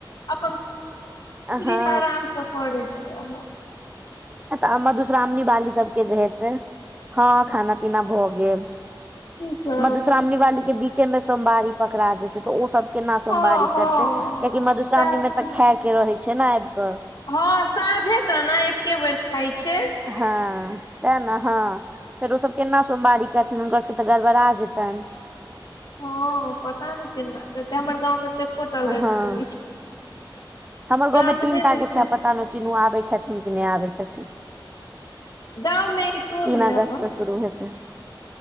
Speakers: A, on the left; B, on the right.
A: अपन <unintelligible>
B: हँ
A: आराम से पै छँ। <inaudible>
B: व मधुश्रावणी बाली सबके जे हेते हँ खाना पीना भऽ गेल।
A: की सब
B: मधुश्रावणी वाली के बीचेमें सोमवारी पकड़ा जेते तो ओ सब, केना सोमवारी
A: हँ हँ
B: करते कियाकि मधुश्रावणी
A: सैह त
B: में तऽ खाय के रहे छै ने आबि कऽ,
A: हँ साँझे केना एके बेर खाइ छै।
B: हँ त ने हँ, फेर ओ सभ केना सोमवारी करथिन हुनकर सबके तऽ गड़ा बड़ा जेतनि,
A: हँ प <unintelligible> ता नहि केना हमर गाँंव में त कोटा लड़की
B: हँ हमर
A: ब्राह्मणेमे
B: गाँवमे तीन टा
A: छै।
B: के
A: <unintelligible>
B: पता नहि तीनू आबे छथिन क नहि आबै छथिन?
A: गाँव मे कि टोल
B: तीन
A: मे
B: अगस्त
A: अपन
B: से शुरू होत।